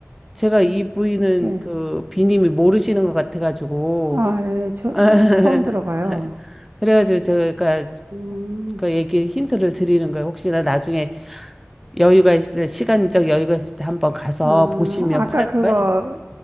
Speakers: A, in the centre; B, on the right.
A: 제가 이 부위는
B: 네.
A: 그 비님이 모르시는 것 같아 가지고
B: 아, 예, 저,
A: <laughs>
B: 처음 들어봐요.
A: 그래가지고 제가
B: 음.
A: 그 얘기 힌트를 드리는 거예요. 혹시나 나중에 여유가 있을 때, 시간적 여유가 있을 때 한번 가서
B: 아,
A: 보시면
B: 아까
A: 팔
B: 그거
A: 거예요.